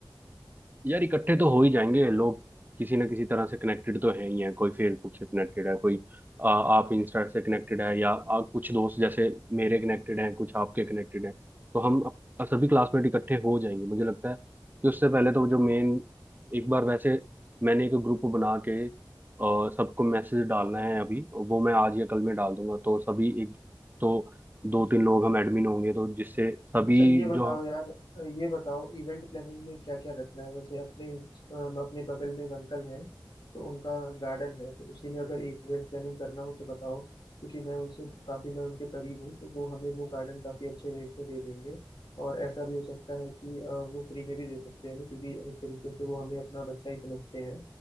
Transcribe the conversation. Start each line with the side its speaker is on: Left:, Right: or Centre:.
Right: यार इकट्ठे तो हो ही जाएंगे लोग किसी ना किसी तरह से कनेक्टेड तो है ही है कोई फेसबुक से कनेक्टेड है कोई आ, आप इंस्टा से कनेक्टेड है या आ, कुछ दोस्त जैसे मेरे कनेक्टेड हैं कुछ आपके कनेक्टेड हैं तो हम अप- सभी क्लासमेट इकट्ठे हो जाएंगे मुझे लगता है कि उससे पहले तो जो मेन एक बार वैसे मैंने एक ग्रुप बना के आ, सबको मैसेज डालना है अभी वो मैं आज या कल में डाल दूंगा तो सभी एक तो दो तीन लोग हम एडमिन होंगे तो जिससे सभी
Left: अच्छा ये बताओ
Right: जो
Left: यार अ, ये बताओ इवेंट प्लानिंग में क्या क्या रखना है वैसे अपने अम, अपने बगल में एक अंकल हैं तो उनका गार्डन है तो उसी में अगर इवेंट प्लानिंग करना हो तो बताओ क्योंकि मैं उनसे काफ़ी मैं उनके करीब हूँ तो वो हमें वो गार्डन काफ़ी अच्छे रेट में दे देंगे और ऐसा भी हो सकता है कि अ, वो फ्री में भी दे सकते हैं हमें क्योंकि एक तरीके से वो हमें अपना बच्चा ही समझते हैं